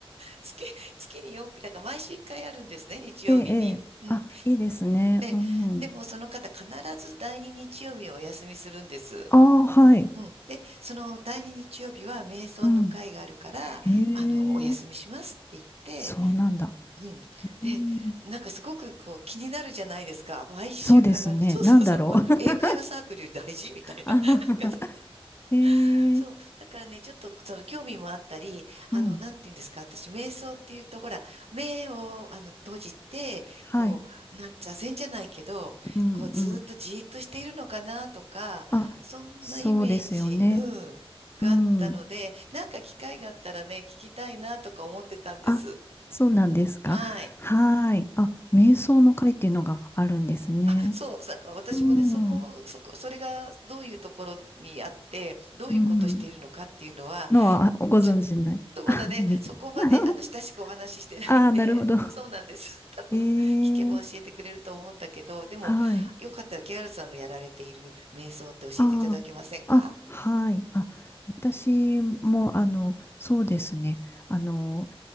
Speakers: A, on the right; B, on the left.
A: 月、月に4回、だから毎週1回あるんですね、日曜日に。
B: ええ、ええ。
A: うん。
B: あ、いいですね。
A: ね、
B: うん。
A: でもその方必ず第二日曜日をお休みするんです。
B: ああ、はい。
A: うん。で、その第二日曜日は瞑想の会があるから、
B: うん。へ
A: あの、お休みしますって言って、
B: え、そうなんだ。
A: うん。で、
B: うん。
A: なんかすごくこう気になるじゃないですか。毎週必ず、
B: そうですね。
A: そうそうそう、
B: なんだろう。
A: この英会話サークルより大事みたいな。
B: <laughs> あはは
A: <laughs> なんか
B: へえ、
A: そう。だからね、ちょっとその興味もあったり、あの、
B: うん。
A: なんて言うんですか、私、瞑想っていうと、ほら、目をあの閉じて、
B: はい。
A: こう、なん、座禅じゃないけど、
B: うん、
A: こう、ずーっとじーっとしているのかなとか、
B: うん。あ、
A: そんなイメージ、
B: そうですよね。
A: うん、があったので、
B: うん。
A: なんか機会があったらね、聞きたいなとか思ってたんです。
B: あ、そうなんですか。
A: はい。
B: はーい。あ、瞑想の会っていうのがあるんですね。
A: あ、そう、だから私もね、
B: うん。
A: その、そこ、それがどういうところにあって、どういうことしているのかっていうのは、
B: うん。のはご存知ない
A: ちとまだね、
B: <laughs> です。
A: そこまであの親しくお話ししてないんで、
B: <laughs> ああ、なるほど。
A: そうなんです。<laughs> 多分、
B: ええ
A: 聞けば教えてくれると思うんだけど、でも、
B: はい。
A: よかったら KR さんのやられている瞑想って教えていただけませんか
B: ああ、あ、はい。あ、私も、あの、そうですね。あの、